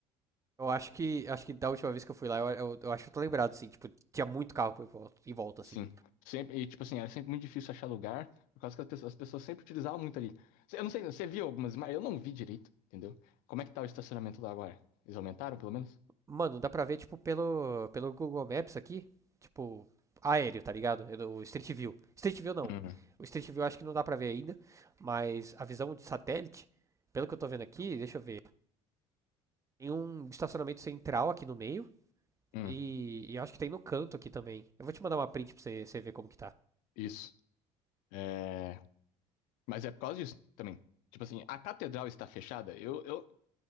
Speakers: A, on the right; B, on the left.
A: Eu acho que. Acho que da última vez que eu fui lá, eu, eu, eu acho que eu tô lembrado, assim. Tipo, tinha muito carro por volta- em volta,
B: Sim.
A: assim.
B: Sempre, e tipo assim, era sempre muito difícil achar lugar, por causa que as pessoas, as pessoas sempre utilizavam muito ali. Eu não sei, você viu algumas, mas eu não vi direito, entendeu? Como é que tá o estacionamento lá agora? Eles aumentaram, pelo menos?
A: Mano, dá pra ver, tipo, pelo, pelo Google Maps aqui. Tipo, aéreo, tá ligado? Eu- O Street View. Street View não.
B: Hum,
A: O Street View acho que não dá pra ver ainda. Mas a visão de satélite, pelo que eu tô vendo aqui, deixa eu ver. Tem um estacionamento central aqui no meio.
B: hum,
A: E, e eu acho que tem no canto aqui também. Eu vou te mandar uma print pra você, você ver como que tá.
B: isso. É... Mas é por causa disso também. Tipo assim, a catedral está fechada, eu, eu,